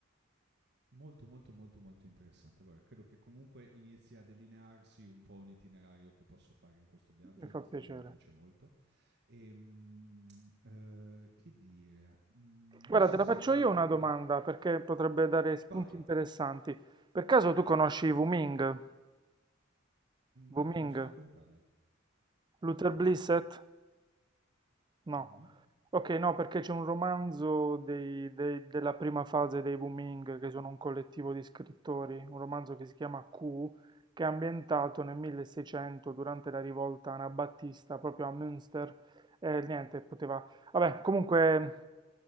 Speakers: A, on the right (about 55°); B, on the right (about 20°).
A: Molto, molto, molto, molto interessante. Allora, credo che comunque inizi a delinearsi un po' un itinerario che posso fare in questo viaggio
B: Mi
A: e
B: fa
A: questa
B: piacere.
A: cosa mi piace molto. E, mm, eh, che dire? Mm,
B: Guarda,
A: non so
B: te la
A: se
B: faccio
A: hai,
B: io
A: come
B: una domanda
A: dire,
B: perché potrebbe dare spunti
A: vai,
B: interessanti. Per caso tu
A: vai.
B: conosci Wuming? Wuming?
A: No, non so di cosa parli.
B: Luther
A: No,
B: Blissett? No,
A: no.
B: ok, no, perché c'è un romanzo dei- dei- della prima fase dei Booming, che sono un collettivo di scrittori, un romanzo che si chiama Q, che è ambientato nel 1600 durante la rivolta anabattista proprio a Münster. E niente, poteva... Vabbè, comunque...